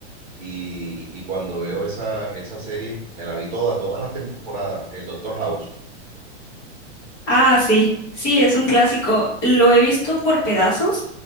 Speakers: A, on the right; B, on the left.
A: Y, y cuando veo esa, esa serie, me la vi toda, todas las temporadas, el Doctor House.
B: Ah, sí, sí, es un clásico. Lo he visto por pedazos.